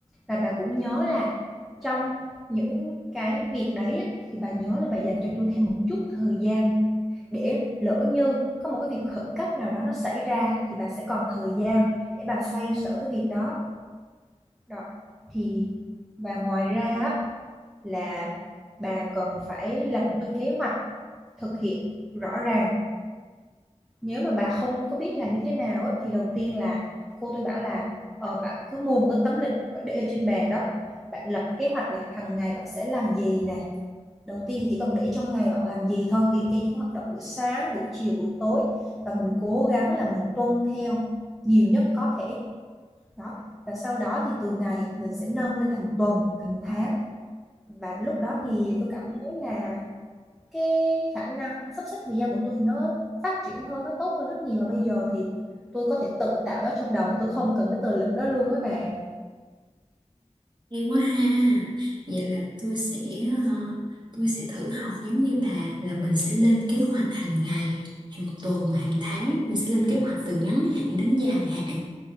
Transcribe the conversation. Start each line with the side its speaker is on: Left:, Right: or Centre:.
Centre: và bà cũng nhớ là trong những cái việc đấy thì bà nhớ là bà dành cho tôi thêm một chút thời gian để lỡ như có một cái việc khẩn cấp nào đó nó xảy ra thì bà sẽ còn thời gian để bà xoay sở cái việc đó. Đó. Thì và ngoài ra là bà cần phải lập một cái kế hoạch thực hiện rõ ràng Nếu mà bà không có biết làm như thế nào á, thì đầu tiên là cô tôi bảo là, ờ, bạn cứ mua một cái tấm lịch bạn để ở trên bàn đó, bạn lập kế hoạch là hằng ngày bạn sẽ làm gì này. Đầu tiên thì chỉ cần để trong ngày bạn làm gì thôi, liệt kê những hoạt động buổi sáng, buổi chiều, buổi tối và mình cố gắng là mình tuân theo nhiều nhất có thể. Đó, và sau đó thì từ ngày mình sẽ nâng lên thành tuần, thành tháng và lúc đó thì tôi cảm thấy là cái khả năng sắp xếp thời gian của tôi thì nó phát triển hơn, nó tốt hơn rất nhiều và bây giờ thì tôi có thể tự tạo nó trong đầu mà tôi không cần cái tờ lịch đó luôn á bà.
Right: Hay quá ha. Vậy là tôi sẽ ờ, tôi sẽ thử học giống như bà là mình sẽ lên kế hoạch hàng ngày, hàng tuần, hàng tháng. Mình sẽ lên kế hoạch từ ngắn hạn đến dài hạn